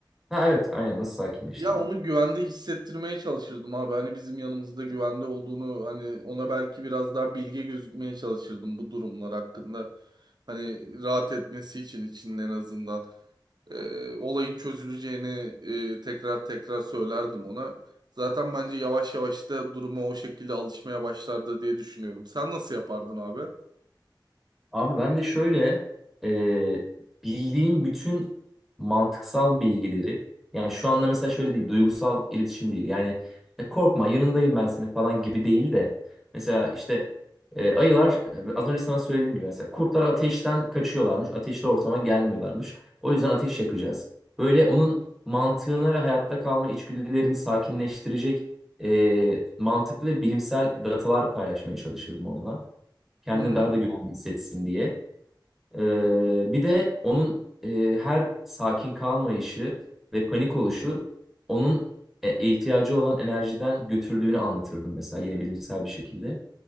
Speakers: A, in the centre; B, on the right.
A: Ha evet aynen nasıl sakinleştirir?
B: Ya onu güvende hissettirmeye çalışırdım abi. Hani bizim yanımızda güvende olduğunu hani ona belki biraz daha bilge gözükmeye çalışırdım bu durumlar hakkında. Hani rahat etmesi için içinde en azından. Ee, olayın çözüleceğini e, tekrar tekrar söylerdim ona. Zaten bence yavaş yavaş da duruma o şekilde alışmaya başlardı diye düşünüyorum. Sen nasıl yapardın abi?
A: Abi ben de şöyle e, bildiğim bütün mantıksal bilgileri yani şu anda mesela şöyle değil duygusal iletişim değil yani "E, korkma yanındayım ben seni falan gibi değil de mesela işte e, ayılar e, az önce sana söylediğim gibi mesela kurtlar ateşten kaçıyorlarmış ateşli ortama gelmiyorlarmış o yüzden ateş yakacağız. Böyle onun mantığına ve hayatta kalma içgüdülerini sakinleştirecek e, mantıklı ve bilimsel datalar paylaşmaya çalışırdım onunla. kendini
B: Hı hı,
A: daha da güvenli hissetsin diye. Ee, bir de onun e, her sakin kalmayışı ve panik oluşu onun e, ihtiyacı olan enerjiden götürdüğünü anlatırdım mesela yine bilimsel bir şekilde.